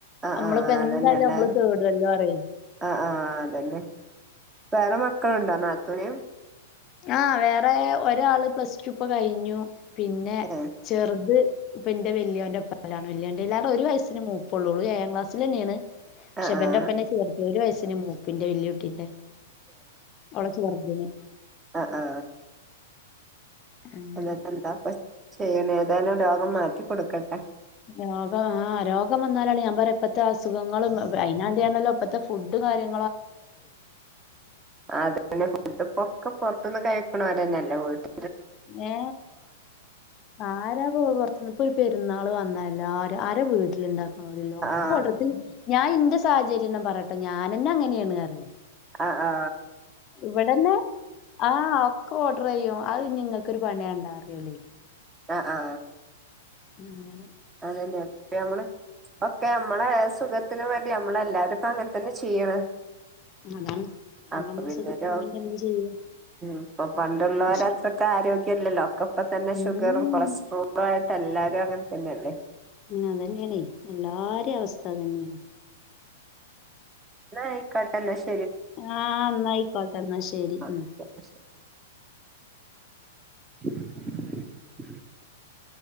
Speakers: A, on the right; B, on the left.
A: ആഹ്
B: നമ്മളിപ്പോ
A: ആഹ്
B: എന്തായാലും
A: അതന്നെല്ലാരും
B: നമ്മള് കേടുവല്ലോ ആ റെയിൻ
A: ആഹ് ആഹ് അതന്നെ വേറെ മക്കളുണ്ടോ നാത്തൂന്
B: ആ വേറെ ഒരാള് പ്ലസ് ടു ഇപ്പൊ കഴിഞ്ഞു പിന്നെ
A: ഏഹ്
B: ചെറുത് ഇപ്പ എന്റെ വല്യാന്റെപ്പാലാണ് വല്യാന്റെ ല്ലാ ഒരു വയസ്സിന് മൂപ്പ ഉള്ളൂ ഏഴാം ക്ലാസ്സിൽ തന്നെയാണ്
A: ആഹ്
B: ഷെബന്റെ
A: ആഹ്
B: ഒപ്പന്നെ ചേർത്തി ഒരു വയസ് പിന്നെ മൂപ്പിന്റെ വെല്യകുട്ടിന്റെ ഓളെ ചേർത്തിന്
A: ആ ആ
B: അങ്ങനെ
A: അല്ലാ ന്താ പ്പ ചെയ്യണെ <unintelligible> രോഗം മാറ്റി കൊടുക്കട്ടെ
B: രോഗം ആ രോഗം വന്നാലാണ് ഞാൻ പറ ഇപ്പഴത്തെ അസുഖങ്ങളും അതിനാണ്ടാണല്ലോ ഇപ്പഴത്തെ ഫുഡും കാര്യങ്ങള
A: അത് <unintelligible> ഒക്കെ പുറത്തൊന്ന് കഴിക്കണോര് തന്നെയല്ല വീട്ടി
B: ഏ ആരാ പോ പുറത്തന്ന് ഇപ്പൊ ഒരു പേര് രുന്നാള് വന്നാ എല്ലാരും ആരാ വീട്ടിലുണ്ടാക ലോ <unintelligible>
A: ആഹ്
B: ഞാൻ ഇന്റെ സാഹചര്യം പറയട്ടെ ഞാനന്നെ അങ്ങനെയാണ് അറി
A: ആ ആ
B: ഇവിടെന്നെ ആ ഓഡർ ചെയ്യും അത് നിങ്ങ ക്ക് ഒരു പണിയാണ്ടാ അറിയൂല്ലേ
A: അ ആ
B: ആണ്
A: അതന്നെപ്പ നമ്മള് ഒക്കെ നമ്മള സുഖത്തിന് വേണ്ടി നമ്മള എല്ലാരും ഇപ്പ അങ്ങനെ തന്നെ ചെയ്യണെ
B: അതാണ് നമ്മള്
A: അപ്പൊ
B: നമ്മളെ
A: പിന്നരു
B: സുഖത്തിന് വേണ്ടി നമ്മള് ചെയ്യ
A: ഇപ്പൊ ഉം പണ്ടുള്ളവരത്രക്കെ
B: പക്ഷെ
A: ആരോഗ്യ കേല്ല ലോക്കപ്പ ഇപ്പൊ തന്നെ
B: ഉം
A: ഷുഗറും കൊളസ്ട്രോളും ആയിട്ട് എല്ലാരും അങ്ങനെ തന്നെല്ലേ
B: ഉ അത് തന്നെയണേ എല്ലാര അവസ്ഥ തന്നെയാണ്
A: ന കട്ടന്ന <inaudible>
B: ആഹ എന്നായിയിക്കോട്ടെ എന്നാ ശരി
A: ഓക്കെ
B: ഉം
A: എന്നാ ശരി <inaudible>